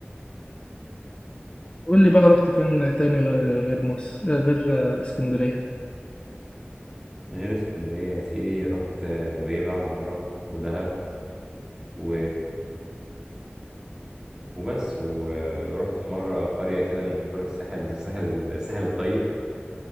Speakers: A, on the left; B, on the right.
A: قول لي بقى رحت فين تاني غير غير مصر غير اسكندرية
B: غير اسكندرية يا سيدي رحت نويبع مرة ودهب و... وبس ورحت في مرة قرية كده من قرى الساحل بس الساحل الساحل الطيب